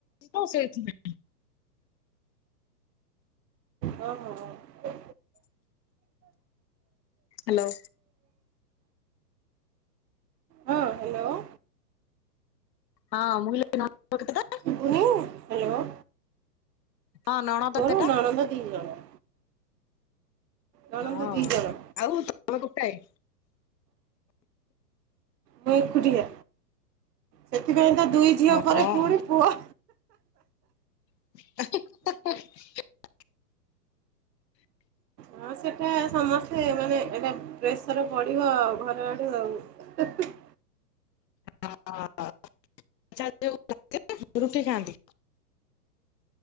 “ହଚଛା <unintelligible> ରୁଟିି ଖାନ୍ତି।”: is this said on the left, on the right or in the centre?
Left